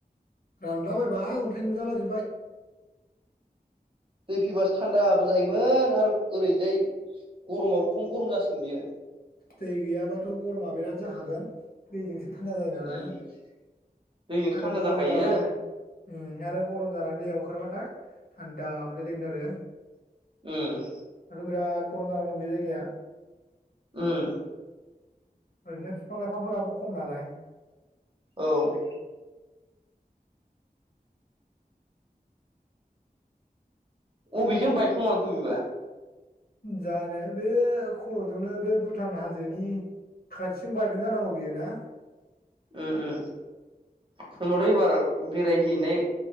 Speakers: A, on the left (about 70°); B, on the right (about 30°).
A: रानलाबायबाय अन्थाइ नुजाला जोबबाय।
B: दै फैबासो थान्दाबो जायोमोन आरो ओरैजाय। गरमाबो खम गरम जासिगोन बियो।
A: दै गैयाबाथ' गरमा बिराद जाखागोन दैजोंसो थान्दा जायो नालाय।
B: उम दैजोंसो थान्दा
A: आरो गरम
B: जाखायो
A: जाबाथाय आरो गरम जानानै दैयाव ओंखारबाथाय। थान्दा मोनलायलायमोन आरो।
B: <inaudible>
A: बिराद गरम जाना दं बे जायगाया
B: उम।
A: ओरैनो बिफां लाइफांफोराबो खम नालाय।
B: औ। अबेजों बायफ्लंलांखो बिबा
A: जानो बे खर'जोंनो बे भुटान हाजोनि खाथिं बायदों जानांगौ बेयो ना
B: उ ओ होनबाथ' एबार बेरायहैनाय